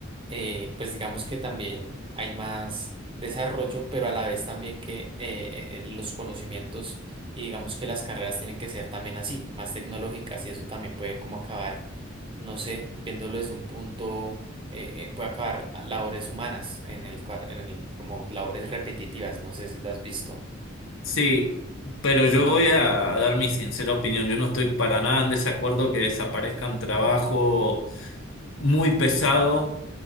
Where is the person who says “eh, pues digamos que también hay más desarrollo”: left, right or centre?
Right